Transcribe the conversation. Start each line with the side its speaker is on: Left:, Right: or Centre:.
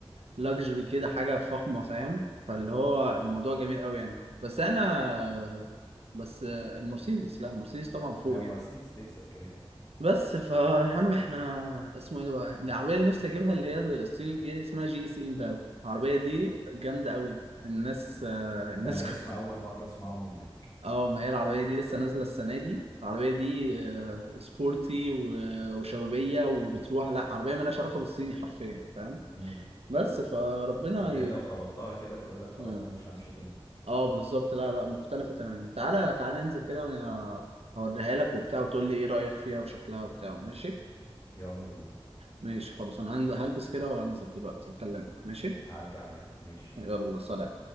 Right: لاكجري كده حاجه فخمه فاهم فاللي هو الموضوع جميل قوي يعني بس انا بس المرسيدس لا المرسيدس طبعا فوق
Left: هي مرسيدس
Right: يعني
Left: تكسب كده كده
Right: بس فا يا عم احنا اسمه ايه ده بقى العربية اللي نفسي اجيبها اللي هي الصيني الجديدة دي اسمها جي اي سي امباو العربية دي جامدة قوي الناس آه، الناس
Left: ده انا
Right: كن-
Left: اسم اول مرة اسمعه منك
Right: <laughs> اه ما هي العربية دي لسه نازلة السنة دي العربية دي آه، سبورتي و- وشبابية وبتروح لا عربية مالهاش علاقة بالصيني حرفيا فاهم
Left: امم
Right: بس فربنا
Left: مش اللي
Right: ي...
Left: هي لو خبطتها كده تقول لك خلاص
Right: مم.
Left: انا مش همشي تاني
Right: اه بالظبط لا لا مختلفة تماما تعالى تعالى ننزل كده وانا هوريها لك وبتاع وتقول لي ايه رأيك فيها وشكلها وبتاع ماشي
Left: يلا بينا
Right: ماشي خلاص انا هن- هلبس كده وهنزل دلوقتي اكلمك ماشي
Left: عدي عليا ماشي
Right: يلا سلام